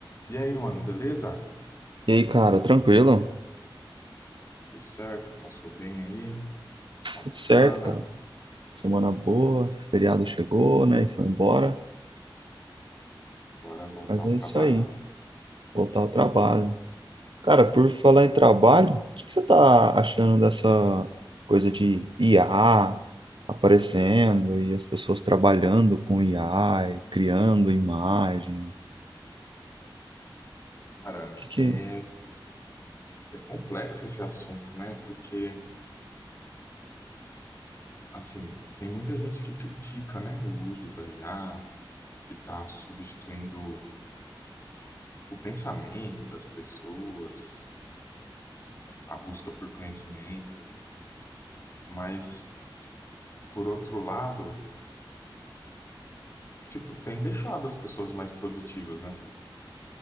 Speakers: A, on the left; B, on the right.
A: E aí, mano, beleza?
B: E aí, cara, tranquilo?
A: Tudo certo? Passou bem aí? Final
B: Tudo
A: de semana?
B: certo, cara. Semana boa, feriado chegou, né? E foi embora.
A: Agora é voltar
B: Mas
A: ao
B: é
A: trabalho,
B: isso aí,
A: né?
B: voltar ao trabalho. Cara, por falar em trabalho, o que que você tá achando dessa coisa de IA aparecendo e as pessoas trabalhando com IA e criando imagem?
A: Cara,
B: O que que...
A: é, é complexo esse assunto, né? Porque, assim, tem muita gente que critica, né, o uso da IA, que está substituindo o pensamento das pessoas, a busca por conhecimento. Mas, por outro lado, tipo, tem deixado as pessoas mais produtivas, né?